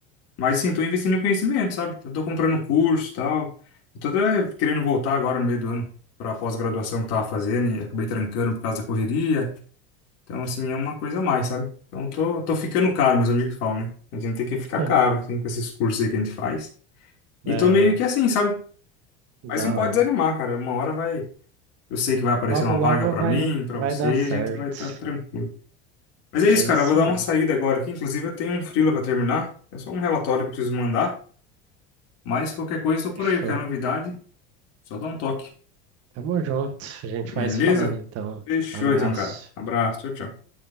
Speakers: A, on the left (about 55°); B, on the right (about 55°).
A: Mas, assim, tô investindo em conhecimento, sabe? Eu tô comprando curso, tal. Eu tô até querendo voltar agora no meio do ano pra pós-graduação que eu tava fazendo e acabei trancando por causa da correria. Então, assim, é uma coisa a mais, sabe? Então, tô, tô ficando caro, meus amigos falam, né? A gente tem que ficar
B: <laughs>
A: caro, assim, com esses cursos aí que a gente faz. E
B: Aham,
A: tô meio que assim, sabe?
B: da
A: Mas não pode
B: hora.
A: desanimar, cara. Uma hora vai. Eu sei que vai aparecer
B: Logo,
A: uma
B: logo
A: vaga pra
B: vai,
A: mim, pra
B: vai
A: você,
B: dar certo.
A: a gente vai estar tranquilo. Mas é isso,
B: É
A: cara.
B: isso
A: Eu vou dar
B: aí,
A: uma saída agora aqui. Inclusive, eu tenho um freela pra terminar. É só um relatório que eu preciso mandar. Mas qualquer coisa, eu tô
B: fechou.
A: por aí. Qualquer novidade, só dá um toque.
B: Tamo junto, a gente
A: Beleza?
B: vai se falando então.
A: Fechou,
B: Abraço.
A: então, cara. Abraço. Tchau, tchau.